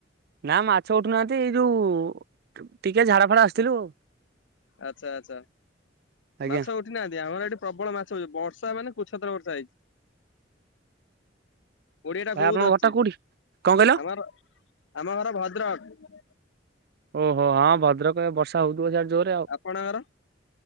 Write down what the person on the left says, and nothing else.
ଆଛା ଆଚ୍ଛା
ମାଛ ଉଠି ନାହାନ୍ତି, ଆମର ଏଠି ପ୍ରବଳ ମାଛ ବର୍ଷା ମାନେ କୁସତର ବର୍ଷା ହେଇଛି। କୋଡିଏ ଟା
କୋଉ
ଧରିଛି
ଆମର ଆମ ଘର ଭଦ୍ରକ।
ଆପଣଙ୍କର?